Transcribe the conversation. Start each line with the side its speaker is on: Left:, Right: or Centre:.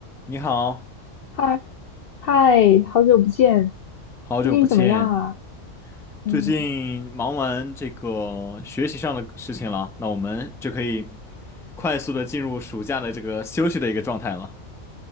Centre: 你好，
Left: 嗨嗨，好久不见，
Centre: 好久不见。
Left: 最近怎么样啊？嗯
Centre: 最近忙完这个学习上的事情了，那我们就可以快速的进入暑假的这个休息的一个状态了。